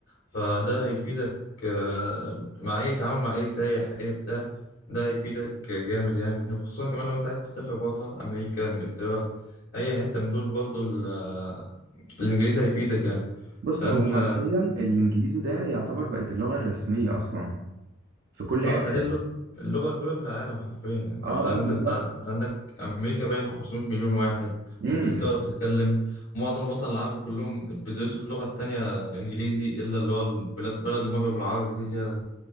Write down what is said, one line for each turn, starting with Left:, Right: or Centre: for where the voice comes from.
Left: فده هيفيدك آه، مع اي تعامل مع اي سايح اي بتاع ده هيفيدك جامد يعني خصوصا كمان لو انت عايز تسافر بره امريكا انجلترا اي حته من دول برضه ال- الانجليزي هيفيدك يعني
Right: بص
Left: لان
Right: هو حرفيا الإنجليزي ده يعتبر بقت اللغة الرسمية أصلا في كل
Left: اه
Right: حته
Left: هي اللغة, اللغة الأولى في العالم حرفيا يعني
Right: اه
Left: هو لأن
Right: اه بالظبط
Left: أنت أنت عندك أمريكا باين 500 مليون واحد
Right: امم
Left: وإنجلترا بتتكلم ومعظم الوطن العربي كلهم بيدرسوا اللغة التانية إنجليزي إلا اللي هو البلاد بلد المغرب العربي دي اللي هي